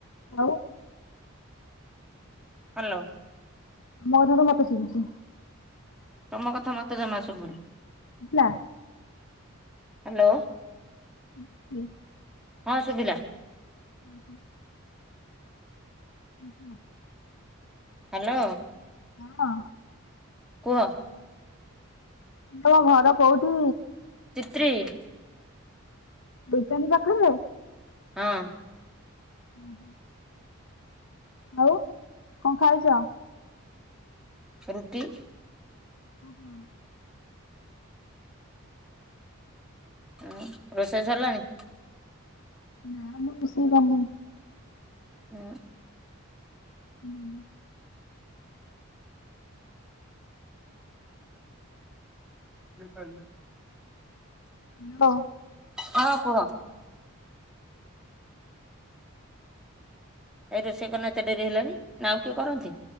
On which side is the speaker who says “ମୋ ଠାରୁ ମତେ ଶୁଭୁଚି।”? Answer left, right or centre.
Left